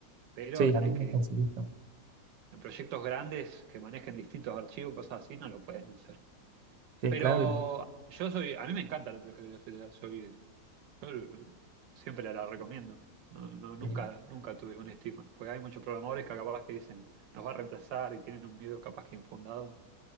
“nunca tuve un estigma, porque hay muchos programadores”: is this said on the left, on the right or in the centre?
Right